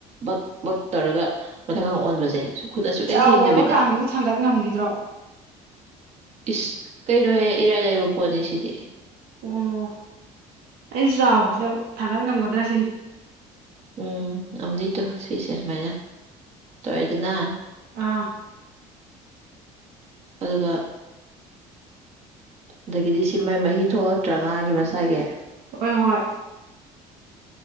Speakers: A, on the right; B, on the right.
A: ꯕꯛ ꯕꯛ ꯇꯧꯔꯒ ꯃꯊꯪꯒ ꯑꯣꯟꯕꯁꯦ ꯈꯨꯠꯅ ꯁꯨꯛꯂꯦꯡ
B: ꯆꯥꯎꯈ꯭ꯔꯕ
A: ꯊꯦꯡꯗꯕꯤꯗ
B: ꯀꯥꯡꯁꯤꯕꯨ ꯊꯥꯡꯒꯠ ꯉꯝꯈꯤꯗ꯭ꯔꯣ
A: ꯏꯁ ꯀꯩꯅꯣꯍꯦ ꯏꯔꯥꯏ ꯂꯩꯕ ꯄꯣꯠꯅꯤ ꯁꯤꯗꯤ
B: ꯑꯣ ꯑꯩ ꯆꯥꯎꯕꯁꯤꯗ ꯊꯥꯡꯒꯠ ꯉꯝꯒꯗ꯭ꯔꯥ ꯁꯤꯅꯤ
A: ꯎꯝ ꯑꯗꯣ ꯁꯤꯁꯦ ꯁꯨꯃꯥꯏꯅ ꯇꯧꯔꯦꯗꯅ
B: ꯑꯥ
A: ꯑꯗꯨꯒ ꯑꯗꯒꯤꯗꯤ ꯁꯤ ꯃꯍꯤ ꯊꯣꯛꯂꯛꯇ꯭ꯔꯉꯥꯒꯤ ꯃꯁꯥꯏꯒꯤ
B: ꯍꯣꯏ ꯍꯣꯏ